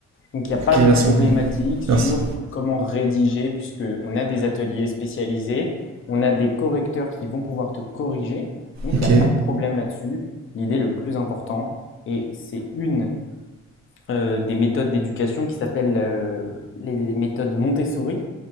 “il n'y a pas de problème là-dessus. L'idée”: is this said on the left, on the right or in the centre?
Left